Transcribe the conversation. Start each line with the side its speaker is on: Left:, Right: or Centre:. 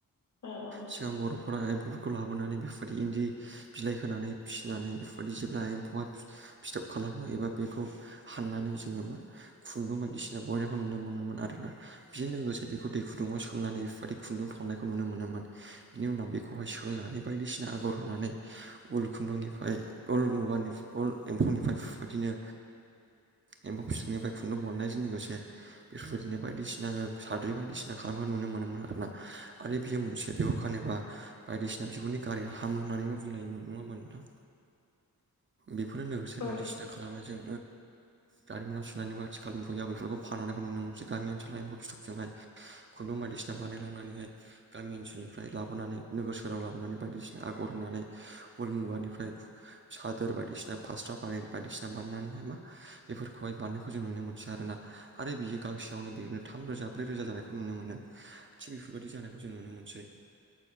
Left: औ औ
Right: सिगां बर' एम्फौफोरखौ लाबोनानै बेफोरबायदि इन्दि बिलाइ होनानै फिसिनानै बेफोरबायदि जेब्ला एम्फौआ फिथाब खालामो एबा बेखौ हाननानै जोङो मा खुन्दुं बायदिसिना बहनायखौ नुनो मोनोमोन आरोना बेजों लोगोसे बेखौ दै गुदुङाव सोमनानै बेफोरबायदि खुन्दुं दिहोननायखौ नुनो मोनोमोन बिनि उनाव बेखौहाय सोंनानै बायदिसिना आगर होनानै उल खुन्दुंनिफ्राय उल मुगानि उल एम्फौनिफ्राय बेबायदिनो एम्फौ फिथौनिफ्राय खुन्दुं बरनायजों लोगोसे बेफोरबायदिनो बायदिसिना साद्रि बायदिसिना खालामनाय नुनो मोनोमोन आरोना आरो बियो मोनसे बेयाव दखान <unintelligible> एबा बायदिसिना बिगुरनि गाराया हामो होननानैबो बुंलायोमोन नङा होमबा नोंथां बेफोरनो लोगोसे
Left: औ
Right: बायदिसिना खालामनायजों दारिमिनाव सुनानैबो आथिखाल मुगायाव बेफोरखौ फानहरनाय नुनो मोनसै गामि ओनसोलाव फिथोबजों हाय खुन्दुं बायदिसिना बानायलांनानैहाय गामि ओनसोलनिफ्राय ओमफ्राय लाबोनानै नोगोर सहाव लाबोनानै बायदिसिना आगर होनानै उल मुगानिफ्राय सादोर बायदिसिना फासट्रा बानाय बायदिसिना बानायनानैहाय मा बेफोरखौहाय बारनायखौ जों नुनो मोनसै आरोना आरो बियो गांसेयावनो बेनो थाम रोजा ब्रै रोजा जानायखौ नुनो मोनो थिग बेफोरबायदि जानायखौ जों नुनो मोनसै।